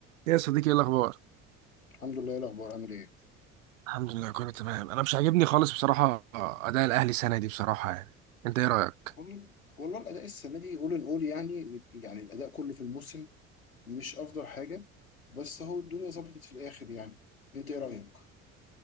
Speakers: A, on the right; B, on the left.
A: يا صديقي ايه الاخبار
B: الحمد لله إيه الاخبار عامل ايه
A: الحمد لله كله تمام انا مش عاجبني خالص بصراحه اداء الاهلي السنه دي بصراحه يعني انت ايه رايك
B: والله والله الاداء السنه دي اول ان اول يعني يعني الاداء كله في الموسم مش افضل حاجه بس هو الدنيا ظبطت في الاخر يعني انت ايه رايك